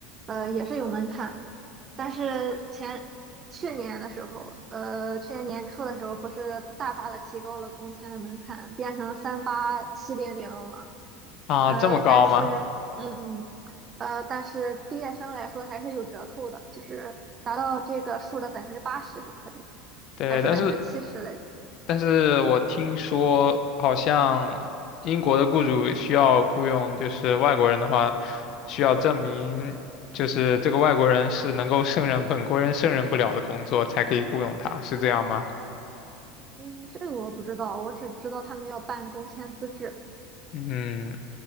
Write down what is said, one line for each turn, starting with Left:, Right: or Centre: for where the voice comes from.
Right: 呃也是有门槛的，但是前去年的时候，呃，去年年初的时候不是大大的提高了工签的门槛，变成三八七零零了
Left: 啊、
Right: 呃，
Left: 这么高吗？
Right: 但是，嗯嗯，呃，但是毕业生来说还是有折扣的，就是达到这个数的百分之八十就可以，
Left: 对，
Right: 还是百分之七十来着。
Left: 但是但是我听说好像英国的雇主需要雇佣就是外国人的话，需要证明就是这个外国人是能够胜任本国人胜任不了的工作才可以雇佣他，是这样吗？
Right: 嗯，这个我不知道，我只知道他们要办工签资质。
Left: 嗯，